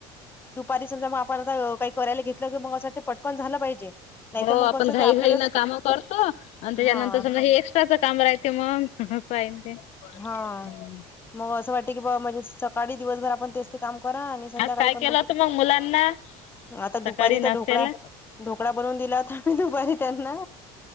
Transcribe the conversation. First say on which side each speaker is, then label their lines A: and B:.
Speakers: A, on the left; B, on the left.
A: दुपारी समजा मग आपण आता काही करायला घेतलं की मग पटकन झालं पाहिजे. नाही
B: हो
A: तर मग
B: आपण
A: कसं
B: घाई
A: ते आपल्यालाच
B: घाईन काम करतो आणि त्याच्यानंतर
A: हा
B: मग हे एक्स्ट्राचं काम राहते मग. सगळं फाईन तेण. <unintelligible>
A: हा मग असं वाटते की बा म्हणजे सकाळी दिवसभर आपण तेच ते काम करा आणि संध्याकाळी
B: आज काय
A: पण
B: केलं होत मग मुलांना?
A: आता
B: सकाळी
A: दुपारी
B: नाश्त्याला?
A: तर ढोकळा. ढोकळा बनवून दिला होता मी दुपारी त्यांना